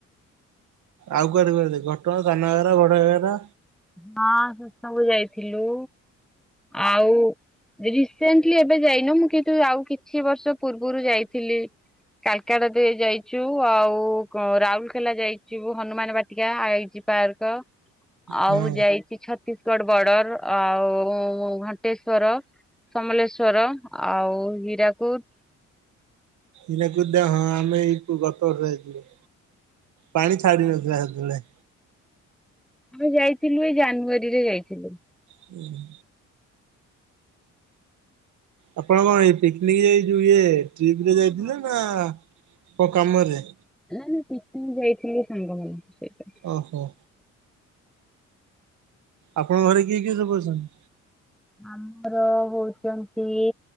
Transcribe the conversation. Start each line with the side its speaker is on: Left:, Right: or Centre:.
Right: ଆଉ କୁଆଡେ କୁଆଡେ ଯାଇଚ ଘଟଗାଁ ସାନ ଘଗେରା ବଡ଼ ଘଗେରା।
Centre: ହଁ ସେସବୁ ଯାଇଥିଲୁ ଆଉ ରିସେଣ୍ଟଲି ଏବେ ଯାଇନୁ ମୁଁ କିନ୍ତୁ ଆଉ କିଛି ବର୍ଷ ପୂର୍ବୁରୁ ଯାଇଥିଲି। କାଲକାଡ ଦେଇ ଯାଇଚୁ ଆଉ କ ରାଉରକେଲା ଯାଇଚୁ ହନୁମାନ ବାଟ ଟିକା ଆଇଜି ପାର୍କ। ଆଉ
Right: ହଁ।
Centre: ଯାଇଚି ଛତିଶଗଡ଼ ବର୍ଡର ଆଉ ଘଣ୍ଟେଶ୍ଵର। ସମଲେଶ୍ଵର ଆଉ ହୀରାକୁଦ।
Right: ହୀରାକୁଦ ଡ୍ୟାମେ ଆମେ ଏଇ କୁ ଗତ ବର୍ଷ ଯାଇଥିଲୁ। ପାଣି ଛାଡ଼ି ନଥିଲା ହେତେବେଳେ।
Centre: ଆମେ ଯାଇଥିଲୁ ଏଇ ଜାନୁଆରୀରେ ଯାଇଥିଲୁ।
Right: ହୁଁ ଆପଣ କଣ ଏଇ ପିକନିକ ଯାଇ ଯୋଉ ଇଏ ଟ୍ରିପ
Centre: ହଁ
Right: ରେ ଯାଇଥିଲେ
Centre: ହଁ
Right: ନା କଣ କାମରେ
Centre: ନାଁ ନାଁ ପିକନିକ୍ ଯାଇଥିଲି ସାଙ୍ଗମାନଙ୍କ ସହିତ।
Right: ଓହୋ। ଆପଣଙ୍କ ଘରେ କିଏ କିଏ ସବୁ ଅଛନ୍ତି?
Centre: ଆମର ହଉଚନ୍ତି